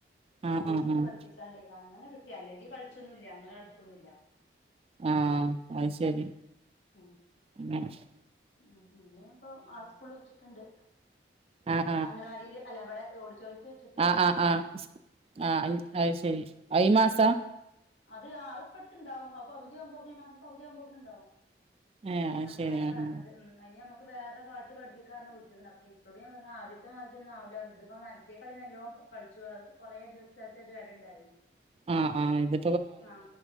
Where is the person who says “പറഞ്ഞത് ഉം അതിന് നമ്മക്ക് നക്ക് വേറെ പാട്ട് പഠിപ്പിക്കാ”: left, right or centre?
Left